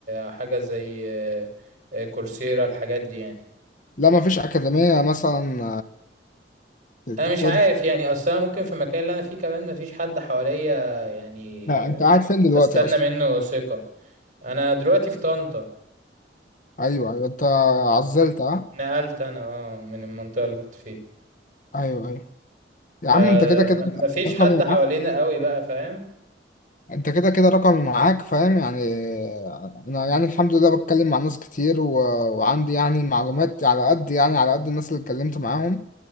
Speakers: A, on the right (about 45°); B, on the left (about 45°).
A: حاجه زي آه، آه، كورسيرا الحاجات دي يعني
B: لا ما فيش اكاديمية مثلا آه، تاخد
A: انا مش عارف يعني اصلا ممكن في المكان اللي انا فيه كمان مفيش حد حواليا يعني
B: لا انت قاعد فين دلوقتي
A: استنى
B: اصلا؟
A: منه ثقه انا دلوقتي في طنطا
B: ايوه ايوه انت عزلت ها؟
A: نقلت انا اه من المنطقة اللي كنت فيها
B: ايوه ايوه يا
A: فما
B: عم انت كده كده
A: فيش
B: رقمي
A: حد حوالينا
B: معاك
A: قوي بقى فاهم
B: انت كده كده رقمي معاك فاهم يعني انا يعني الحمد لله بتكلم مع ناس كتير و... وعندي يعني معلومات على قد يعني على قد الناس اللي اتكلمت معاهم